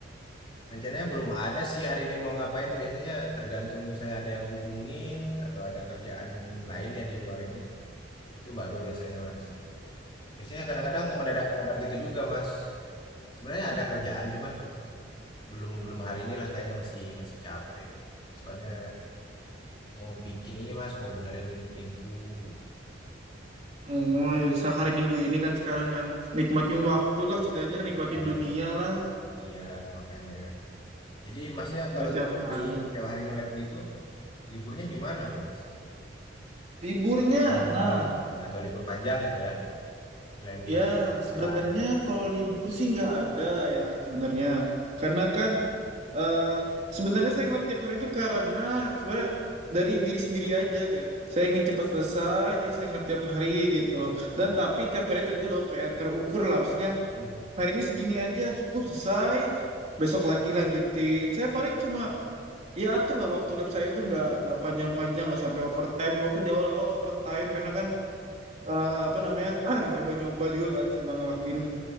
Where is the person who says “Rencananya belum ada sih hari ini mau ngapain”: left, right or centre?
Left